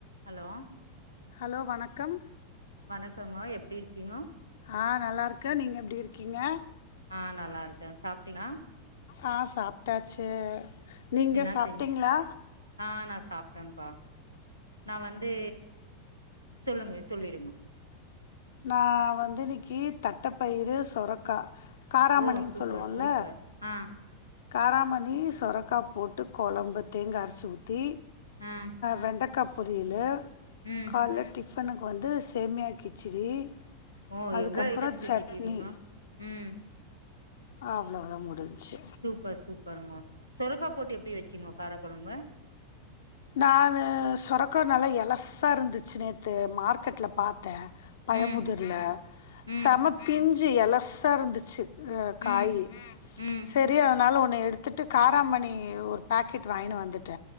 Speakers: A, on the right; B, on the left.
A: Hello
B: hello வணக்கம்
A: வணக்கங்கோ எப்டி இருக்கீங்கோ
B: ஆ நல்லாருக்க நீங்க எப்டி இருக்கீங்கே
A: ஆ நல்லா இருக்கே சாப்பிட்டியா
B: ஆ சாப்ட்டாச்சு நீங்க
A: என்ன
B: சாப்ட்டீங்ளா
A: செஞ் ஆ நா சாப்ட்டே பா நா வந்து சொல்லுங்க சொல்லிடுங்க
B: நா வந்து இன்னைக்கி தட்டப்பயிரு சொரக்கா காராமணின்னு
A: ஓ சூப்பர்
B: சொல்லுவோல்ல
A: சூப்பர் ஆ
B: காராமணி சொரக்கா போட்டு கொழம்பு தேங்கா அரசி ஊத்தி
A: ஆ
B: வெண்டக்கா பொரியலு
A: உம்
B: கால டிஃபனுக்கு வந்து சேமியா கிச்சேடி
A: ஓ
B: அதுக்கப்புறோ
A: எவ்ளோ ஐட்டம் செஞ்சுட்டுக்கிறீங்க
B: சட்னி
A: ம்
B: அவ்ளோதா முடிஞ்சி
A: சூப்பர் சூப்பர்மா சொரக்கா போட்டு எப்டி வச்சிங்கோ கார கொழம்ப
B: தானு சொரக்க நல்லா எலசா இர்ந்துச்சு நேத்து மார்க்கெட்ல பாத்த பழமுதுர்ல
A: ம் ம்
B: சம பிஞ்சி எலசா இருந்துச்சு
A: ம்
B: காயி
A: ம்
B: செரி அதனால ஒன்னு எடுத்துட்டு காராமணி ஒரு பேக்கெட் வாங்கினு வந்துட்ட